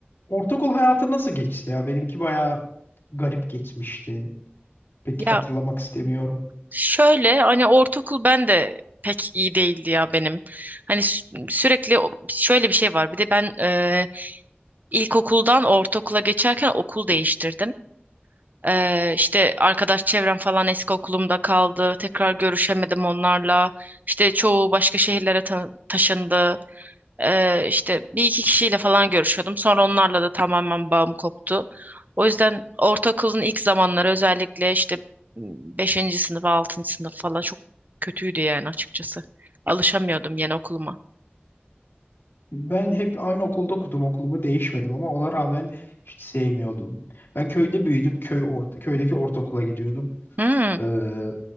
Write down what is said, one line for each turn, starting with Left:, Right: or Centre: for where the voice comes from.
Left: Ortaokul hayatı nasıl geçti ya? Benimki bayağı garip geçmişti. Pek
Right: Ya
Left: hatırlamak istemiyorum.
Right: şöyle hani ortaokul ben de pek iyi değildi ya benim. Hani sü- sürekli o- şöyle bir şey var. Bir de ben e, ilkokuldan ortaokula geçerken okul değiştirdim. E, işte arkadaş çevrem falan eski okulumda kaldı. Tekrar görüşemedim onlarla. İşte çoğu başka şehirlere ta- taşındı. Ee, işte bir iki kişiyle falan görüşüyordum. Sonra onlarla da tamamen bağım koptu. O yüzden ortaokulun ilk zamanları özellikle işte beşinci sınıf, 6. sınıf falan çok kötüydü yani açıkçası. Alışamıyordum yeni okuluma.
Left: Ben hep aynı okulda okudum, okulumu değişmedim ama ona rağmen hiç sevmiyordum. Ben köyde büyüdüm, köy or köydeki ortaokula gidiyordum.
Right: Hmm,
Left: Ee,